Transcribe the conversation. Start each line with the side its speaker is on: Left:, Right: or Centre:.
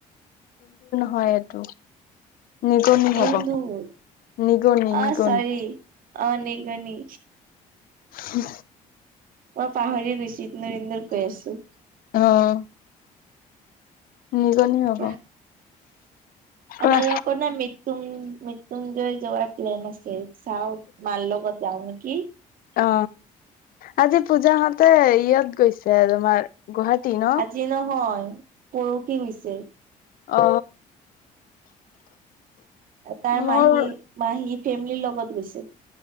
Left: হয়, এইটো। নিগনি হ'ব।
Right: এন্দুৰ
Left: নিগনি, নিগনি
Right: আহ চৈৰিৰ অ' নিগনি।
Left: হ'ম।
Right: মই পাহৰিয়ে গৈছোঁ এন্দুৰ এন্দুৰ কৈ আছোঁ।
Left: অ', নিগনি হ'ব।
Right: কোৱা।
Left: কোৱা।
Right: আমাৰ লগত নে মৃত্যুন্ মৃত্যুঞ্জয় যোৱাৰ প্লেন আ ছে চাও মালগত যাও নেকি।
Left: অ আজি পূজা হতে ইয়াত গৈছে তোমাৰ গুৱাহাটী ন
Right: আজি নহয় পৰখি গৈছে।
Left: অ।
Right: তাৰ
Left: মোৰ
Right: মাহী-মাহী ফেমলিৰ লগত গৈছিল।